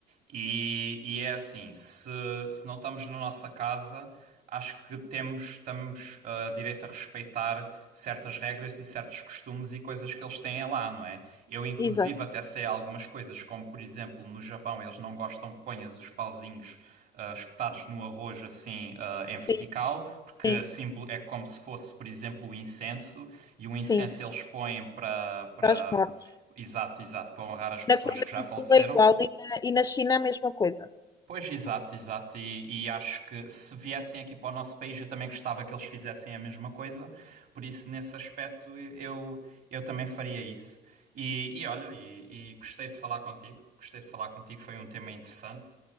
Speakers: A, on the right; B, on the left.
A: E, e é assim, se, se não estamos na nossa casa, acho que temos, estamos, ah, direito a respeitar certas regras e certos costumes e coisas que eles têm lá, não é? Eu, inclusive,
B: Exato,
A: até sei algumas coisas, como por exemplo, no Japão eles não gostam que ponhas os pauzinhos ah, espetados no arroz assim ah, em vertical,
B: sim,
A: porque
B: sim,
A: assim é como se fosse, por exemplo, o incenso, e o incenso
B: sim.
A: eles põem para para-
B: para os mortos.
A: Exato, exato, para honrar as pessoas
B: Na Coreia
A: que já
B: do
A: faleceram.
B: Sul é igual e na, e na China a mesma coisa,
A: Pois, exato, exato. E, e acho que se viessem aqui para o nosso país, eu também gostava que eles fizessem a mesma coisa. Por isso, nesse aspecto, eu, eu também faria isso. E, e olha, e, e gostei de falar contigo. Gostei de falar contigo, foi um tema interessante.